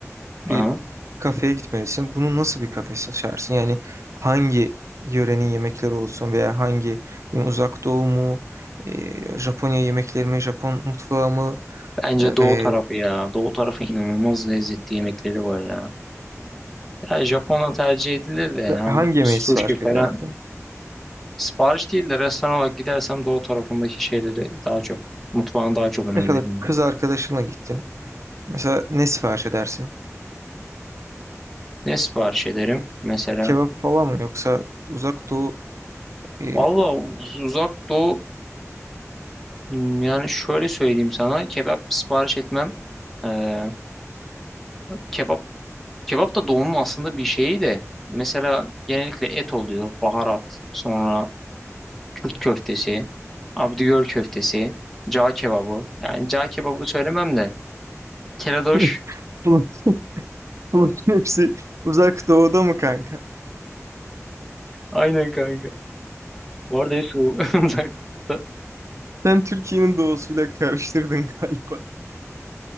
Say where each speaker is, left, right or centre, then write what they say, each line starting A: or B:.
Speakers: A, in the centre; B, on the right.
A: Aha.
B: bir kafeye gitmelisin. Bunu nasıl bir kafe seçersin? Yani hangi yörenin yemekleri olsun veya hangi yani uzak doğu mu, e, Japonya yemekleri mi, Japon mutfağı mı,
A: Bence doğu
B: e,
A: tarafı ya. Doğu tarafı inanılmaz lezzetli yemekleri var ya. Ya Japonya tercih edilir de
B: işte
A: yani
B: hangi yemeği
A: sushi
B: sipariş
A: falan
B: edersin?
A: sipariş değil de restoran olarak gidersem doğu tarafındaki şeyleri daha çok mutfağına daha çok önem
B: Mesela
A: veririm.
B: kız arkadaşınla gittin. Mesela ne sipariş edersin?
A: Ne sipariş ederim mesela?
B: Kebap falan mı yoksa uzak doğu e,
A: Valla uz- uzak doğu hmm, yani şöyle söyleyeyim sana kebap sipariş etmem. Ee, kebap kebap da doğunun aslında bir şeyi de. Mesela genellikle et oluyor, baharat, sonra Kürt köftesi, Abdigöl köftesi, cağ kebabı. Yani cağ kebabı söylemem de. Keledoş.
B: <laughs> bunun, bunun hepsi uzak doğuda mı kanka?
A: Aynen kanka. Bu arada hepsi o- <laughs> uzak. doğu.
B: Sen Türkiye'nin doğusuyla karıştırdın galiba.